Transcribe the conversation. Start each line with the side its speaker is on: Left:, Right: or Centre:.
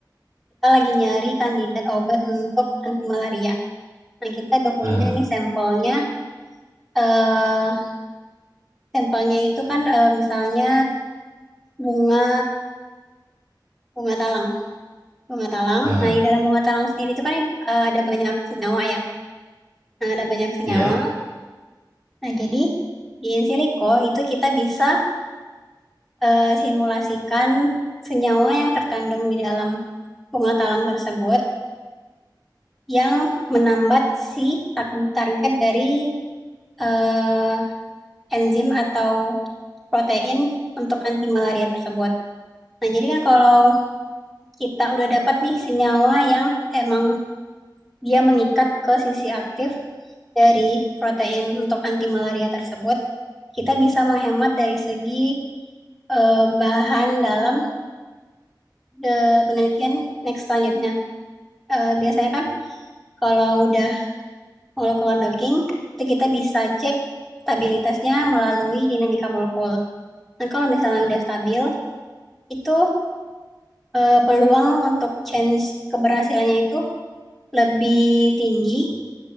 Centre: kita lagi nyari kandidat obat untuk anti malaria. Nah, kita udah punya
Right: ah
Centre: nih sampelnya. eh sampelnya itu kan eh, misalnya bunga bunga talang, bunga talang.
Right: ah
Centre: Nah, di
Right: ah.
Centre: dalam bunga talang sendiri itu kan eh, ada banyak senyawa ya. Nah, ada banyak senyawa.
Right: yep
Centre: Nah, jadi di in silico itu kita bisa eh, simulasikan senyawa yang terkandung di dalam bunga talang tersebut yang menambat si tar- target dari eh, enzim atau protein untuk anti malaria tersebut. Nah, jadi kan kalau kita udah dapat nih senyawa yang emang dia mengikat ke sisi aktif dari protein untuk anti malaria tersebut, kita bisa menghemat dari segi eh, bahan dalam eh, penelitian next selanjutnya. eh, biasanya kan kalau udah molekul keluar docking, itu kita bisa cek stabilitasnya melalui dinamika molekul. Nah, kalau misalnya udah stabil, itu eh, peluang untuk chance keberhasilannya itu lebih tinggi,